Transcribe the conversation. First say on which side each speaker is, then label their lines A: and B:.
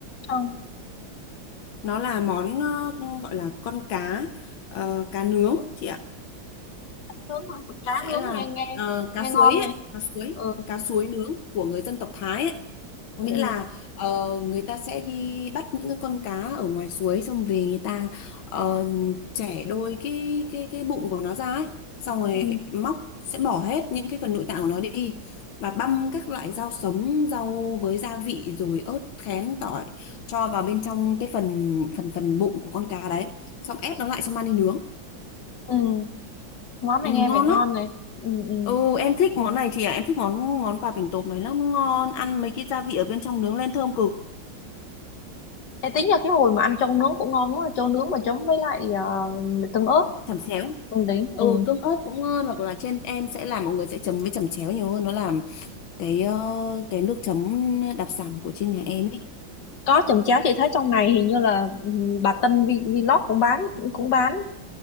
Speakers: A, on the left; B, on the left.
A: Không,
B: nó là món ờ, gọi là con cá ờ, cá nướng chị ạ
A: nướng thôi, cá
B: sẽ
A: nướng
B: là
A: nghe nghe
B: ờ, cá
A: nghe
B: suối
A: ngon
B: ấy,
A: này.
B: cá suối
A: Ừ.
B: cá suối nướng của người dân tộc Thái ấy. Có
A: Ừ.
B: nghĩa là ờ, người ta sẽ đi bắt những cái con cá ở ngoài suối xong về người ta ờ, chẻ đôi cái cái cái bụng của nó ra ấy, xong rồi
A: Ừ.
B: móc sẽ bỏ hết những cái phần nội tạng của nó đi và băm các loại rau sống rau với gia vị rồi ớt khén tỏi cho vào bên trong cái phần phần phần bụng của con cá đấy xong ép nó lại cho mang đi nướng
A: Ừ. Món
B: Ừ,
A: này
B: ngon
A: nghe vẻ
B: lắm.
A: ngon này. Ừ ừ.
B: Ừ, em thích món này chị ạ. Em thích món món bà bình tộp này lắm. Nó ngon. Ăn mấy cái gia vị ở bên trong nướng lên thơm cực.
A: Ê, tính ra cái hồi mà ăn trâu nướng cũng ngon quá, trâu nướng mà chấm với lại ờ, tương ớt.
B: Chẩm xéo,
A: Không đính. Ừ.
B: Ừ, tôm ớt cũng ngon. Hoặc là trên em sẽ làm mọi người sẽ chấm với chẩm chéo nhiều hơn. Nó làm cái ờ, cái nước chấm đặc sản của trên nhà em ấy.
A: có chồng chéo chị thấy trong này hình như là ừ, bà Tân Vi- Vlog cũng bán cũng, cũng bán